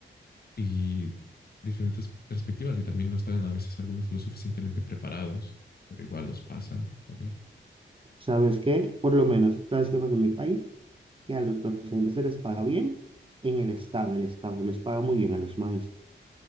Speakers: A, on the left (about 50°); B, on the right (about 25°).
A: y diferentes perspectivas. Y también no están a veces algunos lo suficientemente preparados, pero igual los pasan también
B: ¿Sabes qué? Por lo menos, ¿sabes qué pasa en mi país? Que a los docentes se les paga bien en el Estado. El Estado les paga muy bien a los maestros